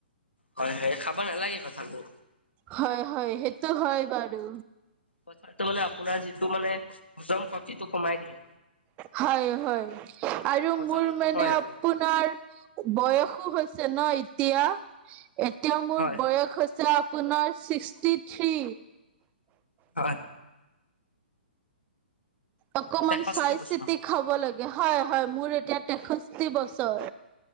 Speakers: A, on the left; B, on the right.
A: হয়-হয় খাব নালাগে কঠালবোৰ।
B: হয়-হয় সেইটো হয় বাৰু।
A: কথটো মানে আপোনাৰ যিটো মানে হজম শক্তিটো কমাই দিয়ে
B: হয়-হয় আৰু
A: হজম
B: মোৰ
A: নহয়
B: মানে
A: এইটো
B: আপোন আপোনাৰ বয়সো হৈছে ন এতিয়া। এতিয়া মোৰ
A: হয়
B: বয়স হৈছে আপোনাৰ ছিক্সটি থ্ৰী।
A: হয়।
B: অকমান
A: তেষষ্ঠি
B: চাই
A: বছৰ
B: চিতি খাব লাগে হয়, হয় মোৰ এতিয়া তেষষ্ঠি বছৰ।